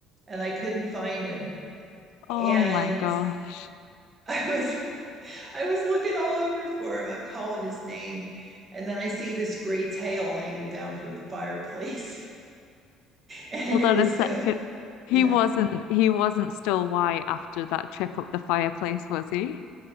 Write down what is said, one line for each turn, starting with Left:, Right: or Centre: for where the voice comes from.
Right: and I couldn't find him.
Left: Oh
Right: And
Left: my gosh.
Right: <laughs> I was I was looking all over for him. I'm calling his name. And then I see this gray tail hanging down from the fireplace. <laughs> And
Left: Hold
Right: it
Left: on
Right: was
Left: a second.
Right: him.
Left: He
Right: Yeah.
Left: wasn't he wasn't still white after that trip up the fireplace, was he?